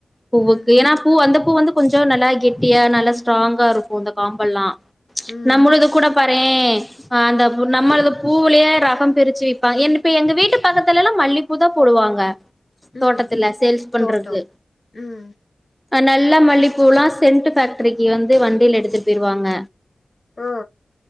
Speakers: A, in the centre; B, on the left (about 40°).
A: பூவுக்கு
B: ம்
A: ஏன்னா பூ அந்த பூ வந்து கொஞ்ச நல்லா கெட்டியா நல்லா ஸ்ட்ராங்கா இருக்கு அந்த காம்பெல்லா
B: ம்
A: நம்முளுது கூட பாறே அந்த பு நம்மளது பூலேயே ரகொ பிரிச்சு வைப்பாங்க இப்ப எங்க வீட்டு பக்கத்துல எல்லா மல்லிப்பூதா போடுவாங்க தோட்டத்துல
B: ம்
A: சேல்ஸ் பண்றது
B: தோட்டம் ம்
A: அ நல்ல மல்லிப்பூல்லா சென்ட்டு ஃபேக்ட்ரிக்கு வந்து வண்டில எடுத்துட் போய்டுவாங்க
B: ஆ